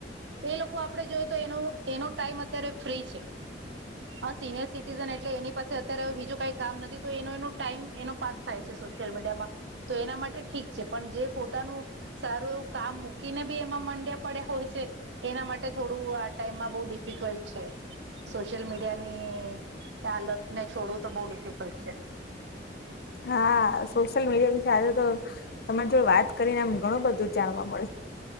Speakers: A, on the right; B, on the left.
A: એ લોકો આપણેે જોઈ તો એનો એનો ટાઈમ અત્યારે ફ્રી છે. હા સિનિયર સિટીઝન એટલે એની પાસે અત્યારે હ બીજું કઈ કામ નથી તો એનો એનો ટાઈમ એનો પાસ થાય છે સોશિયલ મીડિયામાં. તો એના માટે ઠીક છે પણ જે પોતાનું સારું કામ મૂકીને બી એમાં મંડ્યા પડ્યા હોય છે એના માટે થોડું આ ટાઈમમાં બહુ ડિફિકલ્ટ છે. સોશિયલ મીડિયા ની હાલતને છોડવું તો બઉુ ડિફિકલ્ટ છે.
B: હા સોશિયલ મીડિયા વિશે આજે તો તમારી જોડે વાત કરીને આમ ઘણું બધું જાણવા મળે.